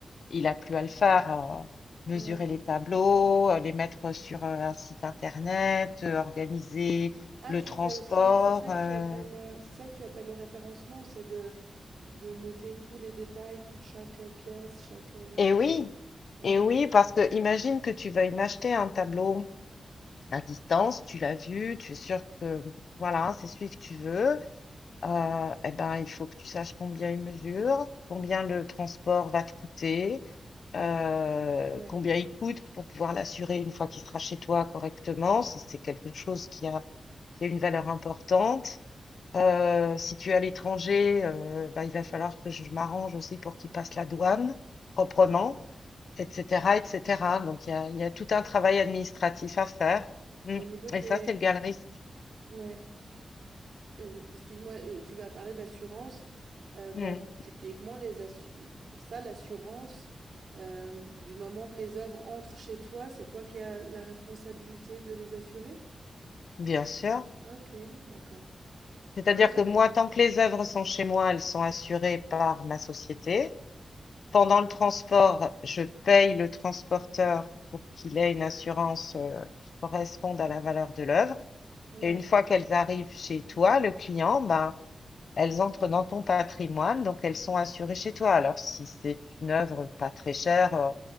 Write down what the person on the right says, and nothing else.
ouais.
Ah,
tu
fais aussi, c'est ça
que tu appelles, euh, c'est ça que tu appelles le référencement, c'est de, de noter tous les détails pour chaque euh, pièce, chaque. euh,
Ouais,
ouais.
Au niveau des.
Ouais. Hem, excuse-moi, heu, tu vas parler d'assurance, heu, bah,
typiquement les assu ça l'assurance, hem, du moment que les œuvres entrent chez toi, c'est toi qui as la responsabilité de les assurer?
OK, d'accord.
Ouais, j'av
ouais,